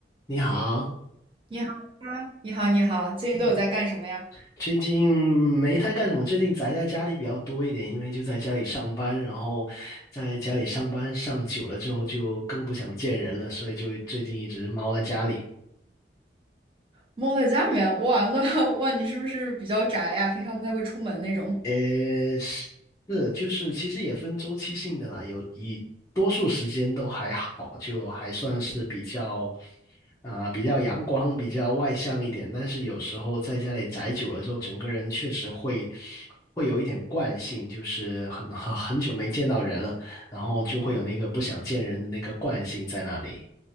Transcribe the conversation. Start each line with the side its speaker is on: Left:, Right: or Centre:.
Left: 你好，
Right: 你好啊，你好，你好，最近都有在干什么呀？
Left: 嗯最近没太干什么，最近宅在家里比较多一点，因为就在家里上班，然后在家里上班上久了之后就更不想见人了，所以就最近一直猫在家里。
Right: 猫在家里面，哇，那 <laughs> 哇，你是不是比较宅呀？平常不太会出门那种？
Left: 呃，是，就是其实也分周期性的啦，有以多数时间都还好，就还算是比较啊、比较阳光、比较外向一点。但是有时候在家里宅久了之后，整个人确实会会有一点惯性，就是很很很久没见到人了，然后就会有那个不想见人的那个惯性在那里。